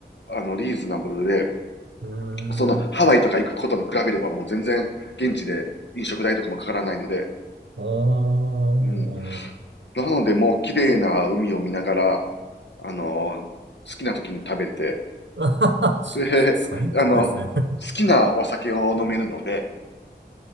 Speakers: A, on the left; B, on the right.
A: あの、リーズナブルで、
B: う、へー、
A: その、ハワイとか行くことに比べればもう全然、現地で飲食代とかもかからないので、
B: おー。
A: うん。なので、もう綺麗な海を見ながら、あのー好きな時に食べて、
B: <laughs>
A: で、
B: 最高ですね。
A: <laughs> あの、好
B: <laughs>
A: きなお酒を飲めるので、